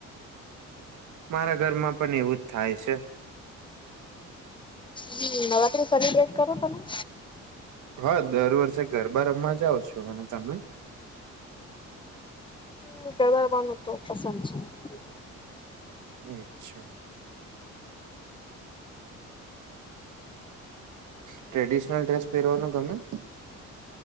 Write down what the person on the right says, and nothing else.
મારા ઘરમાં પણ એવું જ થાય છે.
હા, હું દર વર્ષે ગરબા રમવા જાઉં છું. અને તમે?
અરછા. ટ્રેડિશનલ ડ્રેસ પેરવાનો ગમે?